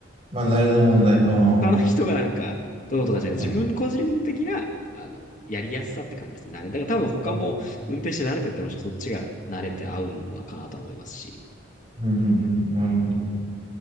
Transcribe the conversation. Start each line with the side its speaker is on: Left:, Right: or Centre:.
Right: まあ、慣れの問題。ああ、
Left: 他の人がなんか、
Right: は
Left: どうとかじゃなくて、
Right: い。
Left: 自分個人的な、あの、やりやすさって感じですね。慣れ。だから多分他も運転して慣れてったら、
Right: あうん
Left: むしろそっちが慣れて合うのかなとは思いますし。
Right: うんうんなるほど。